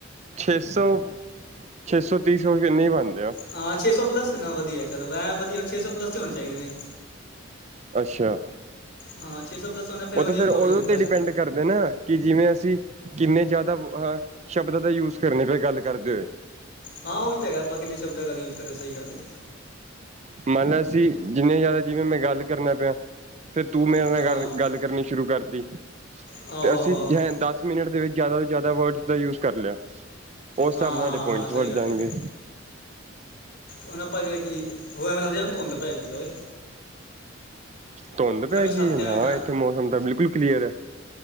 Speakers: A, on the right; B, on the left.
A: ਛੇ ਸੌ ਛੇ ਸੌ ਤੀਸ <unintelligible> ਬਣਦੇ। ਆ
B: ਹਾਂ, ਛੇ ਸੌ ਪਲੱਸ ਹੈ ਨਾ ਵਧੀਆ ਚੱਲੋ ਐ ਵਧੀਆ ਛੇ ਸੌ ਪਲੱਸ ਚ ਹੋਣੇ ਚਾਹੀਦੇ ਨੇ।
A: ਅੱਛਾ?
B: ਹਾਂ, ਛੇ ਸੌ ਪਲੱਸ ਦਾ ਫਿਰ
A: ਉਹ
B: ਵਧੀਆ
A: ਤਾਂ
B: ਪ੍ਰੋਫਿਟ
A: ਉਹਦੇ
B: ਮਿਲਦਾ।
A: ਉੱਤੇ ਡਿਪੈਂਡ ਕਰਦੇ ਨਾ, ਕਿ ਜਿਵੇਂ ਅਸੀਂ ਕਿੰਨੇ ਜ਼ਿਆਦਾ ਅ ਸ਼ਬਦਾਂ ਦਾ ਯੂਜ ਕਰਨੇ ਪਏ ਗੱਲ ਕਰਦੇ ਹੋਏ।
B: ਹਾਂ, ਉਹ ਵੀ ਤਾਂ ਹੈਗਾ ਆਪਾਂ ਕਿੰਨੇ ਸ਼ਬਦਾਂ ਗੱਲ ਯੂਜ ਕਰ ਰਹੇ ਸਹੀ ਗੱਲ ਏ।
A: ਮੰਨ ਲਿਆ, ਅਸੀਂ ਜਿੰਨੇ ਜ਼ਿਆਦਾ ਜਿਵੇਂ ਮੈਂ ਗੱਲ ਕਰਨਾ ਪਿਆ ਫੇਰ ਤੂੰ ਮੇਰੇ
B: ਹਾਂ
A: ਨਾਲ
B: ਹਾਂ
A: ਗੱਲ ਕਰਨੀ ਸ਼ੁਰੂ ਕਰਤੀ।
B: ਆਹੋ
A: ਤੇ ਅਸੀਂ
B: ਆਹੋ ਆਹੋ
A: ਐ ਦਸ ਮਿੰਟ ਦੇ ਵਿੱਚ ਜ਼ਿਆਦਾ ਤੋਂ ਜ਼ਿਆਦਾ ਵਰਡਸ ਦਾ ਯੂਜ ਕਰ ਲਿਆ। ਉਸ ਹਿਸਾਬ
B: ਹਾਂ
A: ਨਾਲ ਤੁਹਾਡੇ
B: ਹਾਂ ਹਾਂ
A: ਪੁਆਇੰਟ
B: ਸਹੀ
A: ਬਣ
B: ਗੱਲ
A: ਜਾਣਗੇ।
B: ਹੈ ਹੁਣ ਆਪਾਂ ਜਾਈਏ, ਓ, ਏ, ਐਵੇ ਲੱਗਦਾ ਧੁੰਦ ਪੈ ਗਈ ਓ, ਏ।
A: ਧੁੰਦ ਪੈ ਗਈ
B: ਛੱਤ
A: ਹੈ
B: ਤੇ
A: ਆ,
B: ਆਇਆ
A: ਨਾ ਏਥੇ ਮੌਸਮ ਤਾਂ ਬਿਲਕੁਲ ਕਲੀਅਰ ਆ।